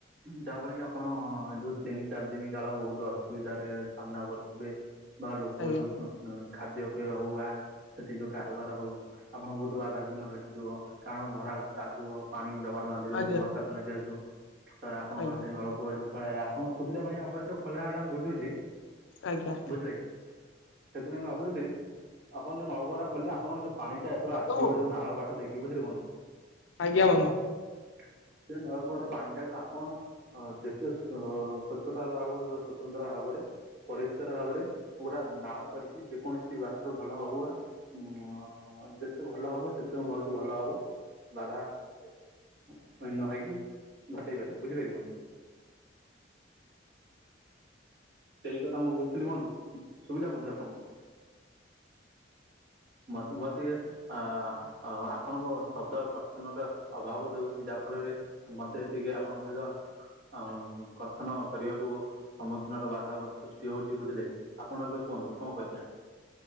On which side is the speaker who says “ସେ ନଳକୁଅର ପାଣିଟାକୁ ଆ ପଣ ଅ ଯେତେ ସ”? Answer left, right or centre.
Right